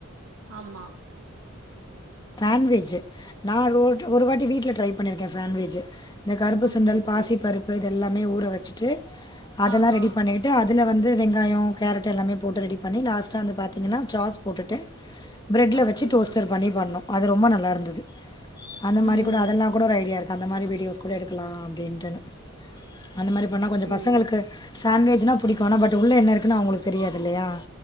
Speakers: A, on the right; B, on the left.
A: ஆமா
B: சாண்விட்ஜு நா ரோட்ல ஒரு வாட்டி வீட்ல ட்ரை பண்ணிருக்கே சாண்விட்ஜ்ஜி இந்த கருப்பு
A: ஓகே
B: சுண்டல்
A: ஓகே
B: பாசிப் பருப்பு இதல்லா மே ஊற வெச்சுட்டு அதல்லா
A: ஆ
B: ரெடி
A: ஆ
B: பண்ணிட்டு அதுல வந்து வெங்காயோ கேரட் எல்லாமே போட்டு ரெடி பண்ணி லாஸ்ட்டா அந்த ப எங்கனா ஜாஸ் போட்டுட்டு ப்ரெட்ல
A: ஓகே
B: வச்சி டோஸ்ட்டர்
A: ஓகே
B: பண்ணி பண்ணோ அது ரொம்ப நல்லா இருந்தது அந்த
A: ம்
B: மாதிரி கூட அதெல்லாம் கூட ஒரு ஐடியா இருக்கு அந்த மாதிரி வீடியோஸ் கூட எடுக்கலாம் அப்படின்ட்டு அந்த மாரி பண்ணா கொஞ்சோ
A: சேரி
B: பங்களுக்கு
A: சே
B: சாண்ட்விச் என்ன புடிக்குனா பட் உள்ள என்ன இருக்கு அவங்களுக்கு தெரியாதுல்லயா